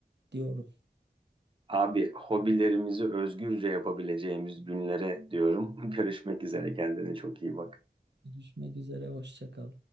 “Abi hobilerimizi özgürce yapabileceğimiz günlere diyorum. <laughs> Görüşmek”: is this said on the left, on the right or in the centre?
Right